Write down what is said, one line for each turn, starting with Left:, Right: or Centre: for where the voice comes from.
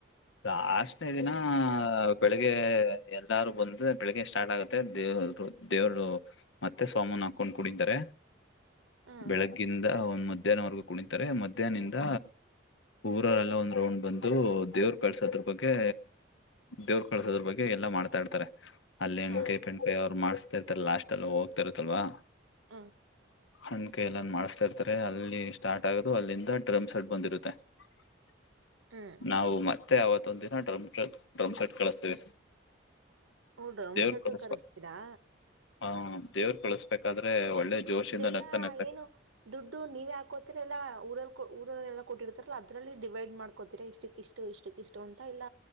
Left: ಲಾಸ್ಟ್ ನೇ ದಿನ ಬೆಳಿಗ್ಗೆ ಎಲ್ಲರೂ ಬಂದರೆ ಬೆಳಿಗ್ಗೆ ಸ್ಟಾರ್ಟ್ ಆಗುತ್ತೆ ದೇವರು ದೇವರು ಮತ್ತೆ ಸೋಮನ್ ಹಾಕೊಂಡ್ ಕುಣಿತ್ತಾರೆ‌.
Right: ಹ
Left: ಬೆಳಗ್ಗಿಂದ ಒಂದ್ ಮಧ್ಯಾಹ್ನವರೆಗೂ ಕುಣಿತ್ತಾರೆ ಮಧ್ಯಾಹ್ನಿಂದ ಊರ ಎಲ್ಲ ಒಂದ್ ರೌಂಡ್ ಬಂದು ದೇವ್ರ್ ಕಳ್ಸೋದ್ರು ಬಗ್ಗೆ ದೇವ್ರು ಕಳ್ಸೋದ್ರು ಬಗ್ಗೆ ಎಲ್ಲಾ ಮಾಡ್ತಾ ಇರ್ತಾರೆ ಅಲ್ಲಿ ಹೆಂಗ್
Right: ಹ
Left: <unintelligible> ಮಾಡ್ಸತ್ತಾ ಇರ್ತಾರೆ ಲಾಸ್ಟ್ ಅಲ್ಲಿ ಹೋಗತ್ತ ಇರುತ್ತಲ್ವಾ.
Right: ಹಾ
Left: ಹಣ್ಕೆ ಎಲ್ಲಾ ಮಾಡಿಸತ್ತಾ ಇರ್ತಾರೆ ಅಲ್ಲಿ ಸ್ಟಾರ್ಟ್ ಆಗೋದು ಅಲ್ಲಿಂದ ಡ್ರಮ್ಸ್ ಅಲ್ಲಿ ಬಂದಿರುತ್ತೆ. <unintelligible>
Right: ಹ್ಮ್
Left: ನಾವು ಮತ್ತೆ ಅವತ್ತೊಂದ ದಿನ ಡ್ರಮ್ ಸೆ ಡ್ರಮ್ ಸೆಟ್ ಕಳಿಸ್ತೀವಿ.
Right: ಹೊ ಡ್ರಮ್ಸ್
Left: ದೇವ್ರ
Right: ಸೆಟ್ಟು
Left: ಕಳಿಸ್ಬ
Right: ಕರ್ಸ್ತೀರಾ.
Left: ಹ ದೇವರು ಕಳಸ್ಬೇಕಾದ್ರೆ ಒಳ್ಳೆ ಜೋಶಿಂದ
Right: ಇದೆಲ್ಲಾ
Left: ನಗ್ತಾ ನಗ್ತಾ
Right: ಏನೂ ದುಡ್ಡು ನೀವೇ ಹಾಕೋತೀರ ಇಲ್ಲ ಊರಲ್ಲಿ ಊರೊರೆಲ್ಲ ಕೊಟ್ಟಿರ್ತಾರಲ್ಲ ಅದ್ರಲ್ಲಿ ಡಿವೈಡ್ ಮಾಡ್ಕೋತೀರಾ ಇಷ್ಟಕ್ ಇಷ್ಟ್ ಇಷ್ಟು ಇಷ್ಟಕ್ಕ್ ಇಷ್ಟು ಅಂತ ಇಲ್ಲ